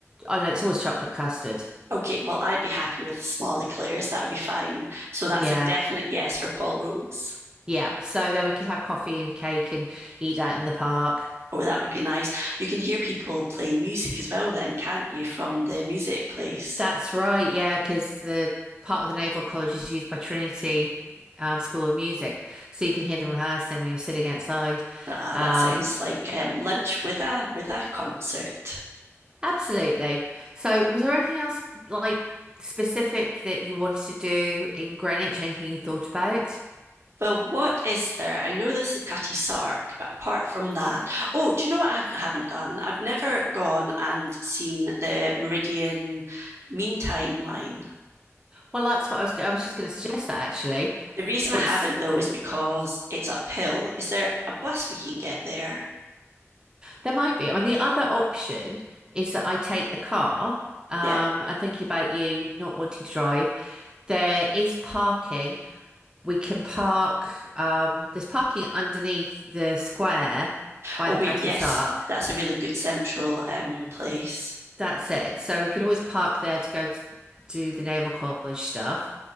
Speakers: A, on the right; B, on the right.
A: Oh no, it's always chocolate custard.
B: Okay, well, I'd be happy with small eclairs. That would be fine. So that's
A: Yeah,
B: a definite yes for Paul Rhodes.
A: yeah. So then we could have coffee and cake and eat that in the park.
B: Oh, that would be nice. You can hear people playing music as well, then, can't you, from the music place?
A: That's right, yeah, because the part of the Naval College is used by Trinity um, School of Music, so you can hear them rehearsing when you're sitting outside.
B: Ah,
A: Um,
B: that sounds like um, lunch with a with a concert.
A: Absolutely. So, was there anything else like specific that you wanted to do in Greenwich? Anything you thought about?
B: But what is there? I know there's the Cutty Sark, but apart from that, oh, do you know what I have, haven't done? I've never gone and seen the Meridian Meantime line.
A: Well, that's what I was. I was just going to suggest that actually,
B: The reason
A: it's
B: I haven't though is because it's uphill. Is there a bus we can get there?
A: there might be. I mean, the other option is that I take the car. Um,
B: Yep.
A: and thinking about you not wanting to drive, there is parking. We can park. Um, there's parking underneath the square by
B: Oh
A: the
B: wait,
A: Catty
B: yes,
A: Sark.
B: that's a really good central um place.
A: That's it. So we could always park there to go to do the Naval College stuff.